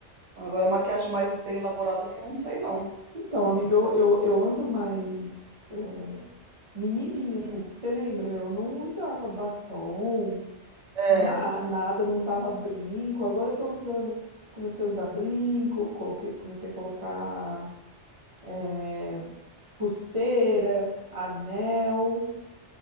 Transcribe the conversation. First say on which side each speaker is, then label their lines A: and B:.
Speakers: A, on the right; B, on the right.
A: Agora, maquiagem mais bem elaborada assim, eu não sei não.
B: Então,
A: Hum,
B: amiga, eu, eu, eu ando mais eh, menininha, assim,
A: hum.
B: porque você lembra, eu não usava batom,
A: É,
B: Na- nada, não usava brinco. Agora eu tô usando. Comecei a usar brinco, coloquei, comecei a colocar eh, pulseira, anel.